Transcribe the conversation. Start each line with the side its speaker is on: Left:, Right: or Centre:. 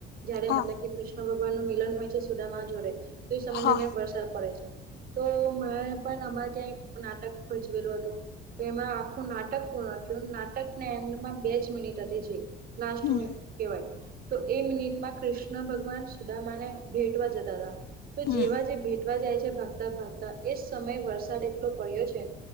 Right: જયારે
Left: હા
Right: મતલબ કે કૃષ્ણ ભગવાનનું મિલન હોય છે, સુદામાં જોડે તો એ સમય
Left: હા
Right: દરમિયાન વરસાદ પડે છે. તો માણે પણ અમારે ત્યાં એક નાટક ભજવેલું હતું. તો એમાં આખું નાટક પૂર્ણ થયું નાટકના એન્ડમાં બે જ મિનિટ હતી જે લાસ્ટ
Left: હમ
Right: મે કેવાય. તો એ મિનિટમાં કૃષ્ણ ભગવાન સુદામાને ભેટવા જતા હતા, તો
Left: હમ
Right: જેવા જે ભેટવા જાય છે ભાગતા ભાગતા એજ સમયે વરસાદ એટલો પડ્યો છે‌.